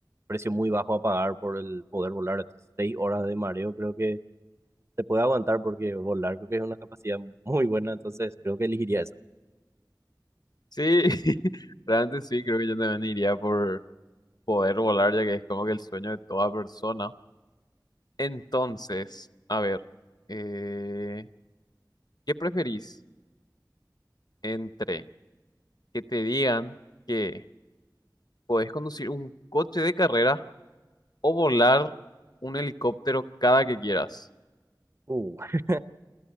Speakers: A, on the right (about 35°); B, on the left (about 65°).
A: precio muy bajo a pagar por el poder volar. Entonces, seis horas de mareo creo que se puede aguantar porque volar creo que es una capacidad muy buena, entonces creo que elegiría esa.
B: Sí, <laughs> realmente sí, creo que yo también iría por poder volar, ya que es como que el sueño de toda persona. Entonces, a ver, eh, ¿qué preferís entre que te digan que podés conducir un coche de carreras o volar un helicóptero cada que quieras.
A: Uh,